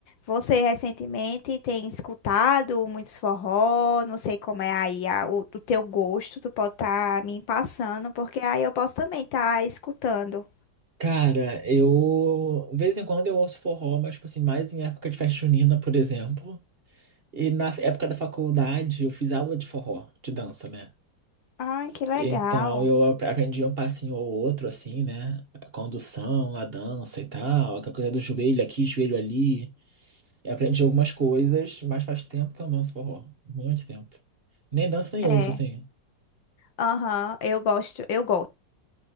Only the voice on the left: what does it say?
Você recentemente tem escutado muitos forró, não sei como é aí a- o, o teu gosto, tu pode estar me passando, porque aí eu posso também estar escutando.
Ai, que legal.
É,
aham, eu gosto, eu gosto.